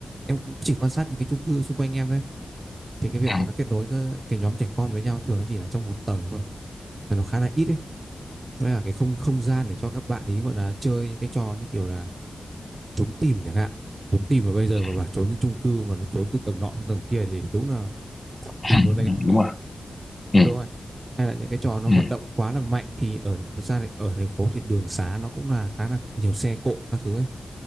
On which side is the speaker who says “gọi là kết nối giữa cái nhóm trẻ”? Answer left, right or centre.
Right